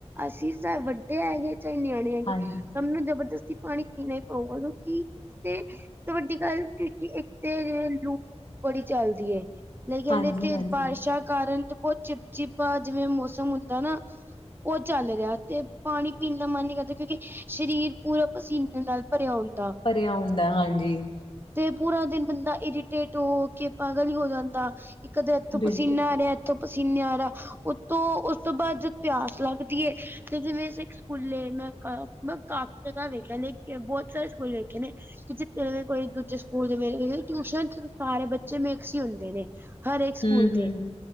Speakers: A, on the right; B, on the left.
A: ਅਸੀਂ ਸਾ ਵੱਡੇ ਹੈਗੇ ਚਾਏ ਨਿਆਣੇਂ ਹੈਗੇ
B: ਹਾਂਜੀ
A: ਸਾਨੂੰ ਜਬਰਦਸਤੀ ਪਾਣੀ ਪੀਣਾ ਈ ਪਊਗਾ ਨਾਂ ਕਿ ਪ ਤੇ ਸਭ ਤੋ ਵੱਡੀ ਗੱਲ ਕਿਉਂਕਿ ਇੱਕ ਤੇ ਲੂ ਬੜੀ ਚਲਦੀ ਐ। <unintelligible>
B: ਹਾਂਜੀ
A: ਤੇ
B: ਹਾਂਜੀ
A: ਬਾਰਿਸ਼ਾਂ ਕਾਰਨ ਤੇ ਬੋਤ ਚਿਪਚਿਪਾ ਜਿਵੇਂ ਮੌਸਮ ਹੁੰਦਾ ਨਾਂ ਓ ਚੱਲ ਰਿਆ ਤੇ ਪਾਣੀ ਪੀਣ ਦਾ ਮਨ ਨੀਂ ਕਰਦਾ ਕਿਉਂਕਿ ਸਰੀਰ ਪੂਰਾ ਪਸੀਨੇ ਨਾਲ ਭਰਿਆ ਹੁੰਦਾ।
B: ਭਰਿਆ ਹੁੰਦਾ ਹਾਂਜੀ।
A: ਤੇ ਪੂਰਾ ਦਿਨ ਬੰਦਾ ਇਰੀਟੇਟ ਹੋ-ਹੋ ਕੇ ਪਾਗ਼ਲ ਈ ਹੋ ਜਾਂਦਾ। ਕਦੇ ਏਥੋਂ
B: ਬਿਲਕੁਲ
A: ਪਸੀਨਾ ਆ ਰਿਆ, ਏਥੋਂ ਪਸੀਨਾ ਆ ਰਾ। ਉਤੋਂ ਉਸ ਤੋਂ ਬਾਅਦ ਜਦ ਪਿਆਸ ਲੱਗਦੀ ਏ ਤੇ ਜਿਵੇਂ ਅਸੀਂ ਸਕੂਲੇ ਮੈਂ ਕਾ ਮੈਂ ਕਾਫੀ ਜਗ੍ਹਾ ਵੇਖਿਆ ਨੇਂ ਬੋਤ ਸਾਰੇ ਸਕੂਲ ਵੇਖੇ ਨੇਂ ਕਿ ਜਿੱਥੇ ਦੇ ਕੋਈ ਦੂਜੇ ਸਕੂਲ ਦੇ ਮੇਰੇ ਟਿਊਸ਼ਨ ਚ ਤੇ ਸਾਰੇ ਬੱਚੇ ਮਿਕਸ ਈ ਹੁੰਦੇ ਨੇ। ਹਰੇਕ ਸਕੂਲ
B: ਹੂੰ
A: ਦੇ,
B: ਹੂੰ